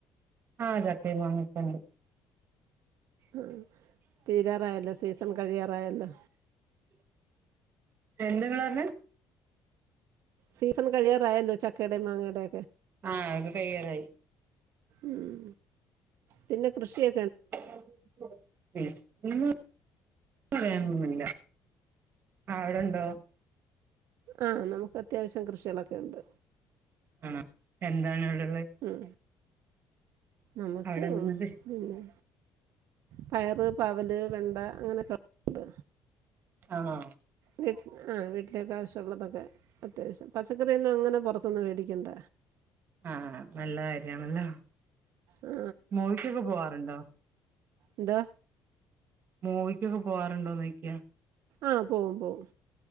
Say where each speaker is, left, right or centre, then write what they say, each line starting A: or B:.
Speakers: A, on the right (about 45°); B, on the right (about 65°).
A: ആഹ് ചക്കേം മാങ്ങേക്കേം ഒണ്ട്
B: ആ തീരാറായല്ലോ സീസൺ കഴിയാറായല്ലോ
A: <inaudible> എന്തു <unintelligible>
B: സീസൺ കഴിയാറായല്ലോ ചക്കെടേം മാങ്ങേടെ
A: ആഹ് എക്കെ കഴിയാറായി
B: ഉം. പിന്നെ കൃഷിയെ
A: <unintelligible> പറയാ ഉം ല്ല ആ വിടെണ്ടോ
B: ആഹ നമുക്ക് അത്യാവശ്യം കൃഷികളൊക്കെ ഉണ്ട്
A: ആണോ എന്താണെ <unintelligible>
B: ഉം നമുക്ക്
A: അവിടെ എന്ത്
B: പിന്നെ പയറ് പാവല് വെണ്ട അങ്ങനെയൊക്കെണ്ട്
A: ആണോ
B: വീട്ടിൽ ആ വീട്ടിലേക്കെ ആവശ്യള്ളതൊക്കെ ത്യാവശ്യം പച്ചക്കറി ഒന്നങ്ങനെ പൊർതുന്ന് മേടി കെണ്ട
A: ആഹ നല്ല കാര്യണല്ലോ
B: ആ
A: മോവിക്കൊക്കെ പോവാറുണ്ടോ
B: ന്താ
A: മൂവിക്കൊക്കെ പോവാറുണ്ടോന്നൊയ്ക്ക്യ
B: ആഹ പോവും പോവും